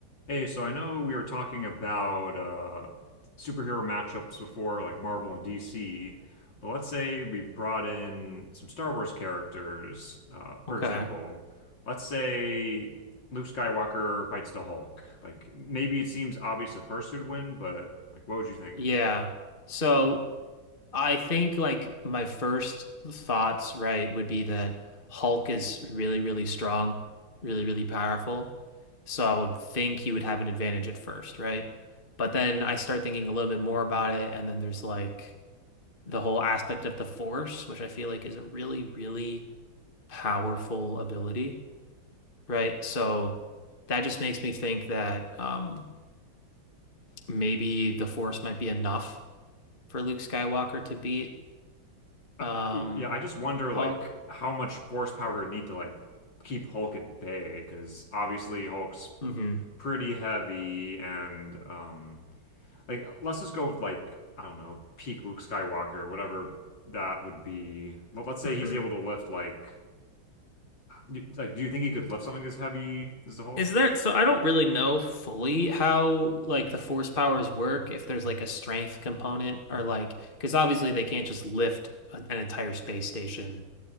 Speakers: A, on the left; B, on the left.
A: Hey, so I know we were talking about uh, superhero matchups before, like Marvel and DC, but let's say we brought in some Star Wars characters. Uh, for
B: Okay.
A: example, let's say Luke Skywalker fights the Hulk. Like maybe it seems obvious at first who'd win, but like what would you think?
B: Yeah. So I think like my first thoughts, right, would be that Hulk is really, really strong, really, really powerful. So I would think he would have an advantage at first, right? But then I start thinking a little bit more about it, and then there's like the whole aspect of the Force, which I feel like is a really, really powerful ability, right? So that just makes me think that um, maybe the Force might be enough for Luke Skywalker to beat
A: I,
B: um
A: I, yeah, I just wonder like
B: Hulk.
A: how much force power he'd need to like keep Hulk at bay, because obviously Hulk's
B: hmm
A: pretty heavy and um. Like, let's just go with like, I don't know, peak Luke Skywalker, whatever that would be. Let- Let's say
B: hmm
A: he's able to lift like, d- like, do you think he could lift something as heavy as the Hulk?
B: Is there, so I don't really know fully how like the force powers work, if there's like a strength component or like, because obviously they can't just lift a- an entire space station